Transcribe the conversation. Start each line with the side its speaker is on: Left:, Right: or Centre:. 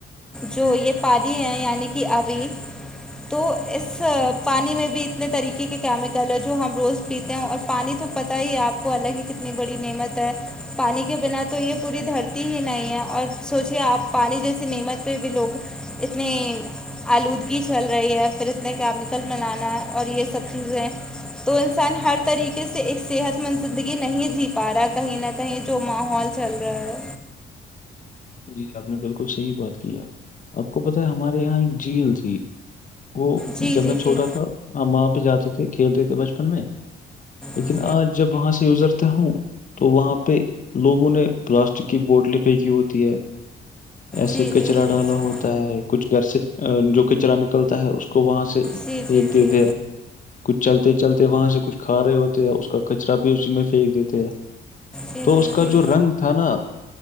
Centre: جو یہ پادی ہیں یعنی کہ ابھی تو اس پانی میں بھی اتنے طریقے کے کیمیکل ہے جو ہم روز پیتے ہیں اور پانی تو پت ہی آپ کو الگ ہی کتنی بڑی نعمت ہے پانی کے بنا تو یہ پوری دھرتی ہی نہیں ہے اور سوچے آپ پانی جیسیے نعمت پہ بھی لوگ اتنی آلودگی چل رہ رہی ہے پھر اتنے کیمیکل بنانا ہے اور یہ سب چیزیں تو انسان ہر طریقے سے ایک صحت مند زندگی نہیں جی پا رہا کہیں نہ کہیں جو ماحول چل رہا ہے
Left: جی آپ نے بالکل صحیح بات کی ہے آپ کو پت ہے ہمارے یہاں ایک جھیل تھی وہ
Centre: جی
Left: جب
Centre: جی
Left: میں چھوٹا
Centre: جی
Left: تھا ہم وہاں پہ جاتے تھے کھیلتے تھے بچپن میں لیکن
Centre: جی
Left: آج جب وہاں سے یوزرتے ہوں تو وہاں پہ لوگوں نے پلاسٹک کی بوٹلیں پھینکی ہو ہے ایسے
Centre: جی
Left: کچرا
Centre: جی
Left: ڈالا ہوتا ہے کچھ گھر سے جو کچرا ن نکلتا ہے اس کو وہاں سے د
Centre: جی جی جی جی
Left: دیکھ د کچھ چلتے چلتے وہاں سے کچھ کھا رہے ہوتے ہیں اس کا کچرا بھی اسی میں پھینک دیتے ہیں
Centre: جی
Left: تو
Centre: جی
Left: اس کا
Centre: جی
Left: جو رنگ تھا نا